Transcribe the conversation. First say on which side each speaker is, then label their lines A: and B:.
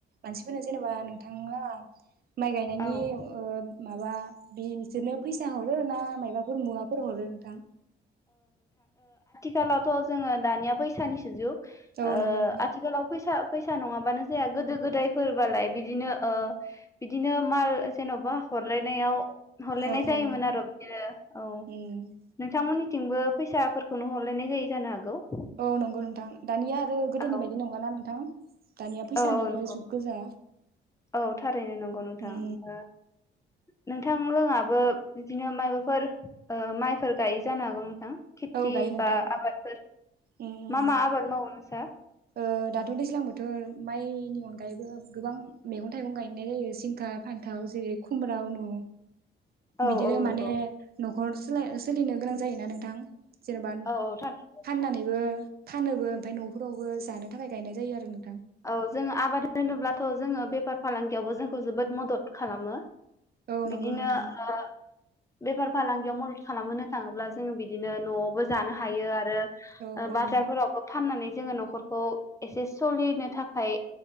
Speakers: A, on the right; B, on the left.
A: मानसिफोरनो जेनेबा नोंथालाहा माइ गायनायनि
B: औ
A: ओ माबा बि बिसोरनो फैसा ह रो ना मायबाफोर मुवाफोर हरो नोंथां?
B: खालावथ' जोङो दानिया फैसानिसो जुग
A: औ
B: ओ
A: नंगौ नोंथां
B: आथिखालाव फैसा फैसा नङाबानो जाया गोदो गोदायफोरबालाय बिदिनो ओ बिदिनो माल जेनबा हरलायनायाव हरलायनाय
A: औ
B: जायोमोन
A: औ
B: आरो बिदिनो औ
A: उम
B: नोंथांमोननि थिंबो फैसाफोरखौनो हरलायनाय जायो जानो हागौ?
A: औ नंगौ नोंथां दानिया आरो गोदोनि
B: औ
A: बायदि नंला ना नोंथां। दानिया फैसानिनो
B: औ औ नंगौ
A: जुग गोजा।
B: औ थारैनो नंगौ नोंथां
A: उम
B: ओ । नोंथांमोनाबो बिदिनो मायाबाफोर ओ माइफोर गायो जानो हागौ नोंथां? खेथि
A: औ गायो नोंथां
B: बा आबादफोर
A: उम उम
B: मा मा आबाद मावो नोंस्रा?
A: ओ दाथ दैज्लां बोथोर माइनि अनगायैबो गोबां मैगं थाइगं गायनाय जायो जिंखा फान्थाव जेरै खुम्रा उनु
B: औ
A: बिदिनो
B: औ नंगौ
A: माने हर <unintelligible> सोलिनो गोनां जायोना नोंथां? जेनेबा
B: औ औ थारैनो नोंथां
A: फाननानैबो फानोबो ओमफ्राय न'फोराव जानो थाखाय गायनाय जायो आरो नों
B: औ जोङो आबाद होनोब्लाथ जोङो बेफार फालांगियावबो जोंखौ जोबोद मदद खालामो ।
A: औ
B: बिदिनो
A: नंगौ नोंथां
B: ओ बेफार फालांगियाव खालामहोनो थाङोब्ला जोंङो बिदिनो नआवबो जानो हायो आरो
A: औ
B: ओ
A: औ
B: बाजारफोरावबो फाननानै जोङो नखरखौ एसे सलिनो थाखाय